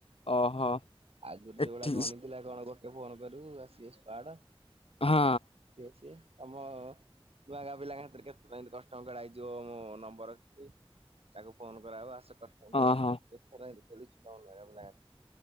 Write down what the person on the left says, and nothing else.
ଓହୋ।
ଏଠି
ହଁ
ଓହୋ